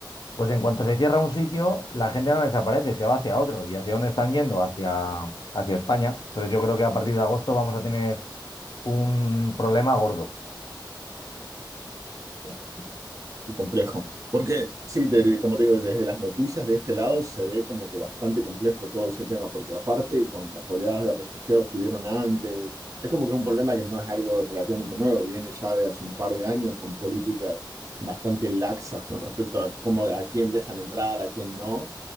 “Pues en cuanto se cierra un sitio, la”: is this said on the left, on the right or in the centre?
Left